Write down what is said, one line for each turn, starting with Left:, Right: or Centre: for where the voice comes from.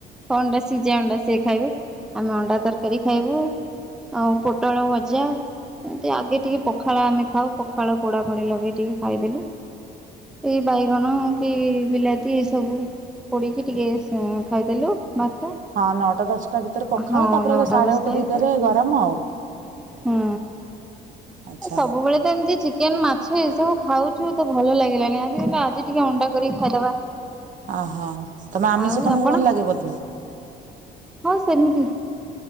Centre: ଅଣ୍ଡା ସିଝା ଅଣ୍ଡା ସିଏ ଖାଇବେ, ଆମେ ଅଣ୍ଡା ତରକାରୀ ଖାଇବୁ। ଆଉ ପୋଟଳ ଭଜା। ଏମତି ଆଗେ ଟିକେ ପଖାଳ ଆମେ ଖାଉ ପଖାଳ ପୋଡା ପୋଡି ଲଗେଇ ଟିକେ ଖାଇଦେଲୁ। ଏଇ ବାଇଗଣ କି ବିଲାତି ଏ ସବୁ ପୋଡିକି ଟିକେ ଉଁ ଖାଇଦେଲୁ। ଭାତ।
Right: ହଁ ନଅଟା ଦଶଟା ଭିତରେ ପଖାଳ
Centre: ହଁ
Right: ତାପରେ
Centre: ନଅଟା
Right: ସାଢେ
Centre: ଦଶଟା
Right: ଗୋଟେ
Centre: ଭିତରେ
Right: ଦିଟାରେ ଗରମ ଆଉ।
Centre: ହୁଁ।
Right: ଆଚ୍ଛା।
Centre: ସବୁବେଳେ ତ ଏମିତି ଚିକେନ, ମାଛ ଏସବୁ ଖାଉଛୁ ତ ଭଲ ଲାଗିଲାଣି ଆଜି। ଆଜି ଟିକେ ଅଣ୍ଡା କରି ଖାଇଦବା।
Right: ଓହୋ ତମେ ଆମିଷ
Centre: ଆଉ
Right: ତମକୁ
Centre: ଆପଣ
Right: ଭଲ ଲାଗେ ବୋଧେ?
Centre: ହଁ ସେମିତି